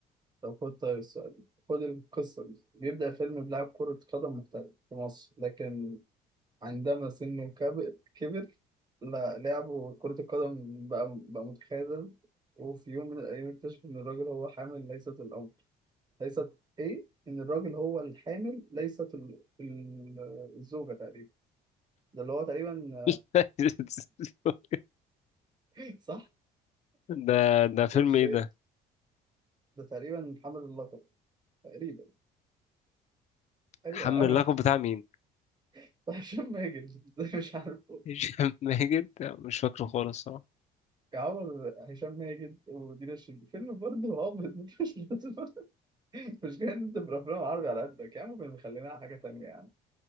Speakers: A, on the right; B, on the left.
A: طب خد طيب السؤال ده. خد القصة دي بيبدأ فيلم بلاعب كرة قدم محترف في مصر لكن عندما سنه كب- كبر لا لعبه كرة القدم بقى بقى متخاذل وفي يوم من الأيام اكتشف إن الراجل هو حامل ليست الأمر ليست إيه؟ إن الراجل هو الحامل ليست ال... ال... الزوجة تقريبا ده اللي هو تقريبا
B: <laughs>
A: <laughs> صح؟
B: ده ده فيلم
A: ده مش
B: ايه
A: هي.
B: ده
A: ده تقريبا حامل اللقب تقريبا أيوه
B: حمل
A: يا عم
B: اللقب بتاع مين
A: <laughs> هشام ماجد إزاي مش عارفه
B: هشام ماجد مش فاكره خالص صراحة
A: يا عمر هشام ماجد ودينا الشربيني فيلم برضه هابط مش لازم المشكلة إن أنت بالأفلام العربي على قدك يا عم بن- خلينا على حاجة تانية يعني